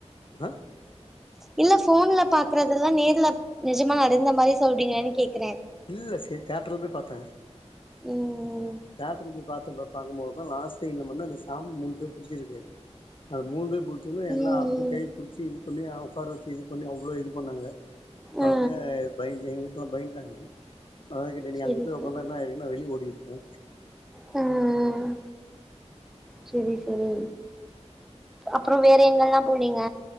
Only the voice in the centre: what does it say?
இல்ல ஃபோன்ல பாக்றதல்லா நேர்ல நெஜமா நடந்த மாரி சொல்றீங்கன்னு கேக்றே
ம்
ம்
ஆ
செரி
செரி
ம் செரி சரி அப்றம் வேற எங்கல்லா போனீங்க